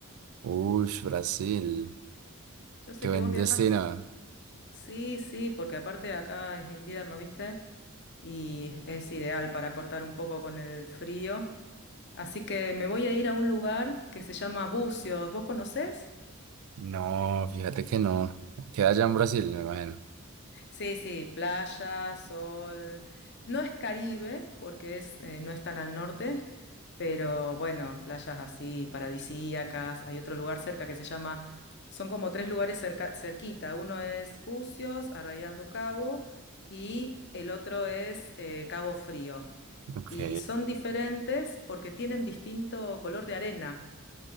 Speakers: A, on the right; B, on the left.
A: Uy, Brasil,
B: Yo sé
A: qué
B: que
A: buen
B: vos viajas.
A: destino.
B: Sí, sí, porque aparte de acá es invierno, ¿viste? Y es ideal para cortar un poco con el frío. Así que me voy a ir a un lugar que se llama Bucios. ¿Vos conocés?
A: No, fíjate que no. Queda allá en Brasil, me imagino.
B: Sí, sí, playa, sol. No es Caribe, porque es, eh, no es tan al norte, pero bueno, playas así paradisíacas. Hay otro lugar cerca que se llama, son como tres lugares cerca, cerquita. Uno es Pucios, Arrayal do Cabo, y el otro es eh, Cabo Frío.
A: Ok,
B: Y son diferentes porque tienen distinto color de arena.